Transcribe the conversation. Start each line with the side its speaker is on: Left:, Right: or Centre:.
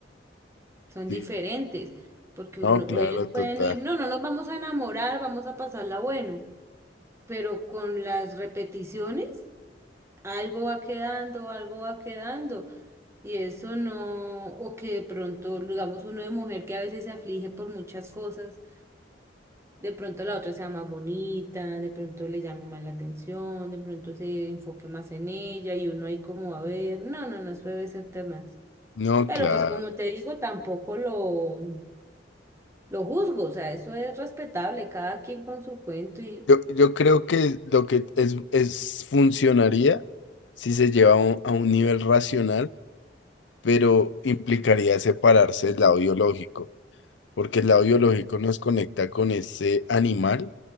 Right: son
Left: sí.
Right: diferentes, porque
Left: No,
Right: uno-
Left: claro,
Right: ellos
Left: total.
Right: pueden ir, no, no nos vamos a enamorar, vamos a pasarla bueno, pero con las repeticiones algo va quedando, algo va quedando. Y eso no, o que de pronto, digamos, uno de mujer que a veces se aflige por muchas cosas De pronto la otra sea más bonita, de pronto le llame más la atención, de pronto se enfoque más en ella y uno ahí como a ver, no, no, no, eso debe ser temas.
Left: No,
Right: Pero
Left: claro.
Right: pues como te digo, tampoco lo, lo juzgo, o sea, eso es respetable, cada quien con su cuento y...
Left: Yo, yo creo que lo que es, es funcionaría si se lleva a un, a un nivel racional, pero implicaría separarse del lado biológico, porque el lado biológico nos conecta con ese animal